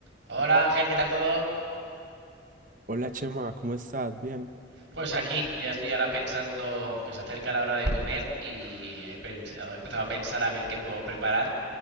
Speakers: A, on the right; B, on the right.
A: Hola Ángel, ¿qué tal todo?
B: Hola Chema, ¿cómo estás? Bien.
A: Pues aquí, ya estoy ahora pensando que se acerca la hora de comer y he, pens- he empezado a pensar a ver qué puedo preparar